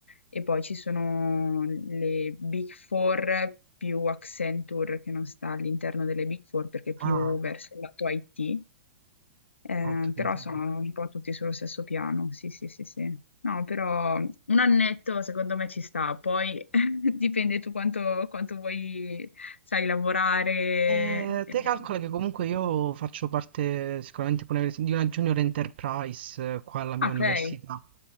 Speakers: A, on the left; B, on the right.
A: e poi ci sono le Big Four più Accenture che non sta all'interno delle Big Four perché è più
B: Ah,
A: verso il lato IT eh,
B: ho capito.
A: però sono un po' tutti sullo stesso piano, sì, sì, sì, sì. No, però un annetto secondo me ci sta, poi <laughs> dipende tu quanto, quanto vuoi, sai, lavorare.
B: Eh,
A: eh.
B: te calcola che comunque io faccio parte sicuramente pure di una junior enterprise eh, qua alla mia
A: Ah, Ok,
B: università.